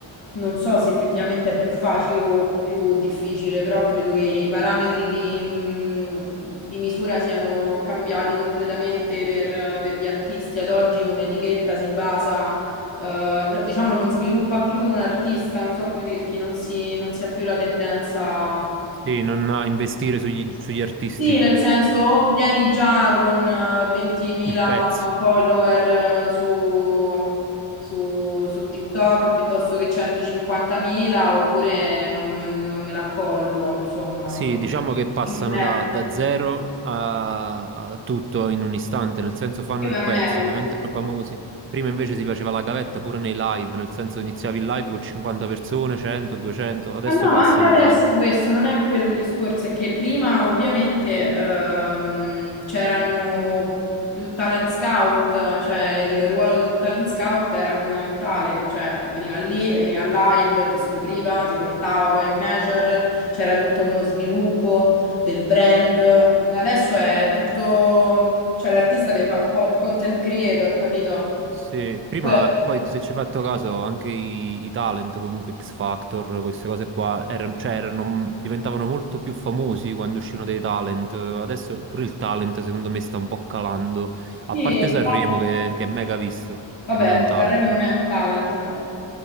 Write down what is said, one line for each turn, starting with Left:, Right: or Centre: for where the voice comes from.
Left: non so se effettivamente è più facile o più difficile, però credo che i parametri di, mh, di misura siano cambiati completamente per, per gli artisti. Ad oggi un'etichetta si basa, eh, no- diciamo, non sviluppa più un artista, non so come dirti, non si, non si ha più la tendenza.
Right: Sì, non ha investire sugli, sugli artisti,
Left: Sì, nel senso, o vieni già con eh, 20.000
Right: il pezzo.
Left: follower eh, su, su- su TikTok piuttosto che 150.000, oppure non, non me la collo, insomma.
Right: Sì, diciamo che passano
Left: Prima non era
Right: da,
Left: così.
Right: da zero a, a tutto in un istante, nel senso fanno
Left: Prima
Right: il
Left: non
Right: pezzo,
Left: era così.
Right: diventano famosi. Prima invece si faceva la gavetta pure nei live, nel senso iniziavi il live con 50 persone, 100, 200, adesso
Left: Ma no,
Right: passano
Left: ma anche adesso
Right: da...
Left: questo non è quello il discorso, è che prima ovviamente ehm, c'erano più talent scout, cioè il ruolo del talent scout era fondamentale, cioè veniva lì, veniva al live, ti scopriva, ti portava poi in major, c'era tutto uno sviluppo del brand. Adesso è tutto, cioè l'artista deve fare un po' il content creator, capito?
Right: Sì, prima,
Left: Que-
Right: poi se ci hai fatto caso, anche i, i talent, comunque X Factor, queste cose qua, erano, cioè, erano- diventavano molto più famosi quando uscivano dei talent. Adesso pure il talent, secondo me, sta un po' calando. A
Left: sì,
Right: parte
Left: il
Right: Sanremo,
Left: talent-
Right: che, che è mega visto,
Left: vabbè,
Right: che non è un talent,
Left: Sanremo
Right: però.
Left: non è un talent però.